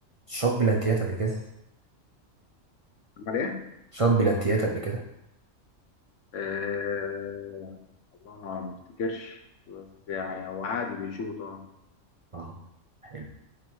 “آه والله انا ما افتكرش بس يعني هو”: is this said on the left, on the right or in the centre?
Left